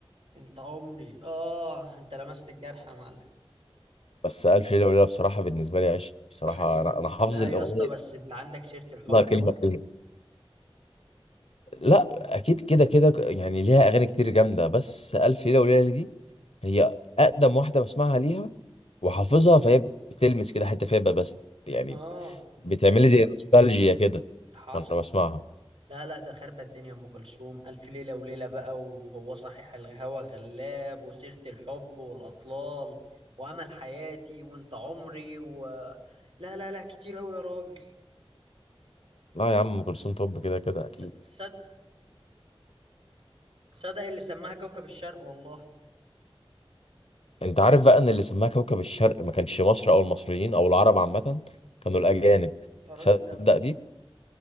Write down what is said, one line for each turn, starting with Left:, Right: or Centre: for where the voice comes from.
Right: انت عمري اه انت لمست الجرح يا معلم
Left: بس ألف ليلة وليلة بصراحة بالنسبة لي عشق بصراحة
Right: حقيقي
Left: أنا أنا حافظ
Right: لا
Left: الأغنية
Right: يا اسطى بس انت عندك سيرة الحب
Left: كلها كلمة
Right: برضه
Left: كلمة لا أكيد كده كده ك- يعني ليها أغاني كتير جامدة بس ألف ليلة وليلة دي هي أقدم واحدة بسمعها ليها وحافظها فهي بتلمس كده حتة فيها بس يعني
Right: اه
Left: بتعملي زي نوستالجيا كده
Right: حصل
Left: وأنا بسمعها
Right: لا لا ده خربت الدنيا ام كلثوم الف ليله وليله بقى وهو صحيح الهوى غلاب وسيره الحب والاطلال وامل حياتي وانت عمري و لا لا لا كتير قوي يا راجل
Left: لا يا عم ام كلثوم طب كده كده
Right: ص-
Left: اكيد
Right: صد صدق اللي سماها كوكب الشرق والله
Left: انت عارف بقى ان اللي سماها كوكب الشرق ما كانش مصر او المصريين او العرب عامه كانوا الاجانب
Right: يا راجل
Left: تصدق
Right: لا
Left: دي